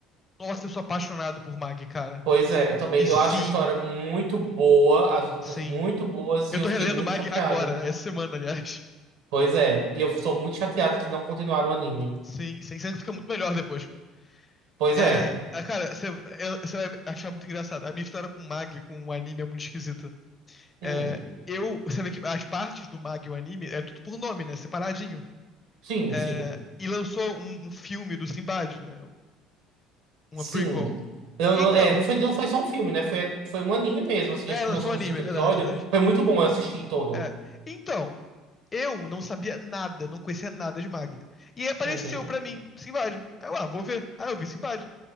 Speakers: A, on the left; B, on the right.
A: Nossa, eu sou apaixonado por Mag, cara.
B: Pois é, eu também.
A: E sim,
B: Eu acho a história muito boa, as lutas
A: sim.
B: muito boas,
A: Eu
B: e eu
A: tô
B: fiquei
A: relendo
B: muito
A: Mag
B: chateado.
A: agora, essa semana, aliás.
B: Pois é, e eu sou muito chateado que não continuaram o anime.
A: Sim, sim. Sempre fica muito melhor depois.
B: Pois
A: É,
B: é.
A: ah, cara, você vai achar muito engraçado. A minha história com o Mag, com o anime, é muito esquisita.
B: Hum.
A: É, eu, você vê que as partes do Mag e o anime é tudo por nome, né? Separadinho.
B: Sim,
A: É,
B: sim.
A: e lançou um, um filme do Sinbad, né? Uma
B: Sim.
A: prequel.
B: Eu,
A: então,
B: eu- é, não foi, não foi só um filme, né? Foi, foi um anime mesmo, assim.
A: é,
B: Acho que
A: lançou
B: lançou
A: um
B: uns
A: anime,
B: vinte
A: é
B: episódios.
A: verdade, é verdade.
B: Foi muito bom, eu assisti todo.
A: É. Então, eu não sabia nada, não conhecia nada de Mag. E aí apareceu
B: Uhum.
A: pra mim, Sinbad. Aí eu, ah, vou ver. Aí eu vi Sinbad.